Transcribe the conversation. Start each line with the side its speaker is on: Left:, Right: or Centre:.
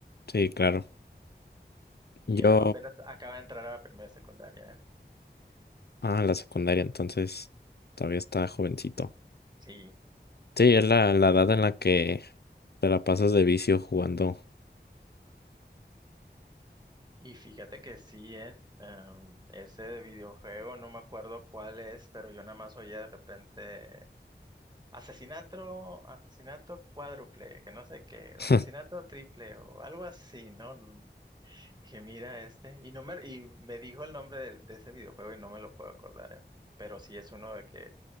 Left: Sí, claro.
Right: Y
Left: Yo,
Right: eh, apenas acaba de entrar a la primera secundaria, ¿eh?
Left: ah, la secundaria, entonces todavía está jovencito.
Right: Sí,
Left: Sí, es la, la edad en la que te la pasas de vicio jugando
Right: y fíjate que sí, ¿eh? Am, ese videojuego, no me acuerdo cuál es, pero yo nada más oía de repente Asesinato, asesinato cuádruple, que no sé qué,
Left: <laughs>
Right: o asesinato triple, o algo así, ¿no? N- Dije, mira este, y no me, y me dijo el nombre del- de, ese videojuego y no me lo puedo acordar, ¿eh? Pero sí es uno de que,